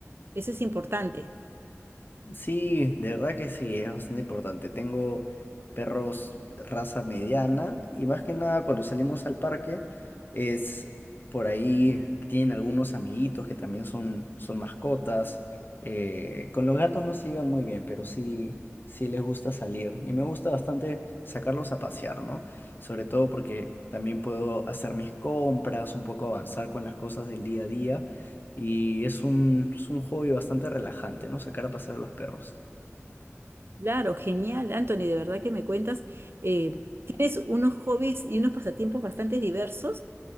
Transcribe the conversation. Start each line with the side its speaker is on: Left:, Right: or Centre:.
Right: Eso es importante.
Left: Sí, de verdad que sí, es bastante importante. Tengo perros raza mediana y más que nada cuando salimos al parque es por ahí, tienen algunos amiguitos que también son, son mascotas. Eh, con los gatos no se llevan muy bien, pero sí, sí les gusta salir y me gusta bastante sacarlos a pasear, ¿no? Sobre todo porque también puedo hacer mis compras, un poco avanzar con las cosas del día a día Y es un, es un hobby bastante relajante, ¿no? Sacar a pasear a los perros.
Right: Claro, genial, Anthony, de verdad que me cuentas. eh, tienes unos hobbies y unos pasatiempos bastante diversos